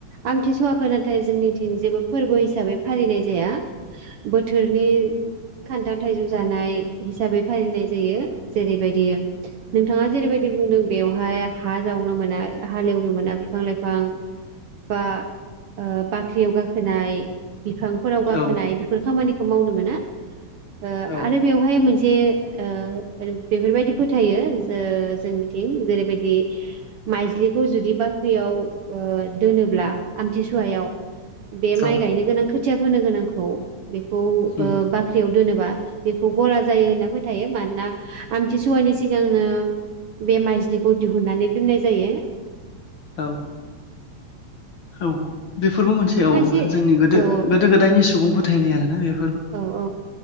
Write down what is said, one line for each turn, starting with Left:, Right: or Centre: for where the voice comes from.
Right: आंथि सुवा नाथाय जोंनिथिं जेबो फोरबो हिसाबै फालिनाय जाया बोथोरनि खान्थाल थाइजौ जानाय हिसाबै फालिनाय जायो जेरैबायदि नोंथाङा जेरैबायदि बिदि बुंदों बेवहाय हा जावनो मोना हालेवनो मोना बिफां लाइफां बा बाख्रियाव गाखोनाय। बिफांफोराव गाखोनाय
Left: औ
Right: बेफोर खामानि मावनो मोना। ओ
Left: औ
Right: आरो बेवहाय मोनसे ओ बेफोरबायदि फोथायो। जोंनिथिं जेरैबायदि माइज्लिखौ जुदि बाख्रियाव ओ दोनोब्ला आमथिसुवायाव बे माइ
Left: औ
Right: गायनो गोनां खोथि खोथिया फोनो गोनांखौ बेखौ
Left: उम
Right: ओ बाख्रियाव दोनोबा बेखौ गला जायो होनना फोथायो मानोना आमथिसुवानि सिगांनो बे माइस्लिखौ दिहुननानै दोननाय जायो।
Left: औ औ। बेफोरबो मोनसे औ
Right: खायसे
Left: जोंनि गोदो
Right: औ
Left: गोदो गोदायनि सुबुं फोथायनाय आरोना बे
Right: औ औ।